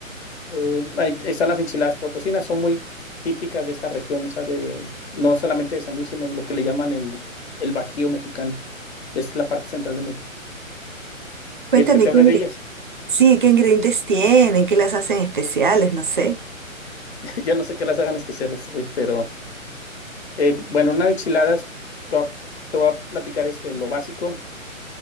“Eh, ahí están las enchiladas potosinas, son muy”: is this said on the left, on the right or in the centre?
Left